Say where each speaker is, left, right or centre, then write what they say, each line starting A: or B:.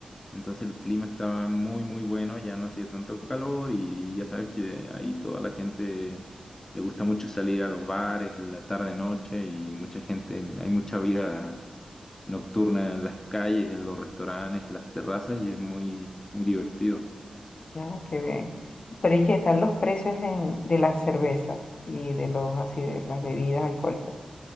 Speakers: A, on the left; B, on the left.
A: Entonces el clima estaba muy, muy bueno, ya no hacía tanto calor y ya sabes que ahí toda la gente le gusta mucho salir a los bares en la tarde, noche y mucha gente, hay mucha vida nocturna en las calles, en los restaurantes, las terrazas y es muy, muy divertido.
B: Ah, qué bien. Pero ¿y qué están los precios en, de la cerveza y de los así de las bebidas alcohólicas?